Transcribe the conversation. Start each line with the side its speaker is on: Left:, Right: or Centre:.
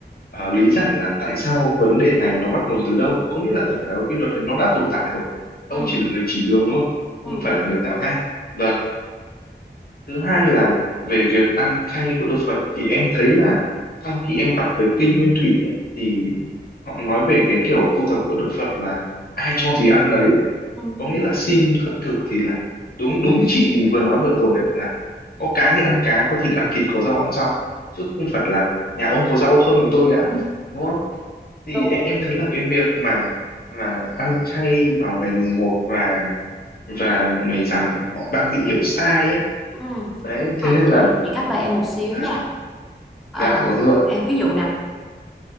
Left: à, lý giải là tại sao vấn đề này nó bắt nguồn từ đâu có nghĩa là tất cả các quy luật đấy nó đã tồn tại rồi ông
Centre: ừ
Left: chỉ là người chỉ đường thôi không
Centre: ừ
Left: phải là người tạo ra và Thứ hai là về việc ăn chay của Đức Phật thì em thấy là trong khi em đọc về Kinh Nguyên Thủy ấy, thì họ nói về cái kiểu tu tập của Đức Phật là ai cho gì ăn đấy,
Centre: ừ,
Left: có nghĩa là xin khất thực thì là đúng đúng như chị vừa nói vừa rồi ấy, là có cá thì ăn cá, có thịt ăn thịt, có rau ăn rau chứ không phải là nhà ông có rau không thì tôi mới ăn đúng không? Thì
Centre: đúng
Left: em, em thấy là cái việc mà mà ăn chay vào ngày mùng một và và ngày rằm họ đang bị hiểu sai ấy.
Centre: ừ
Left: Đấy, thế
Centre: mà
Left: nên
Centre: chị
Left: là
Centre: chị cắt lời em một xíu
Left: dạ
Centre: nha Ờ,
Left: dạ đúng rồi
Centre: à, ví dụ nè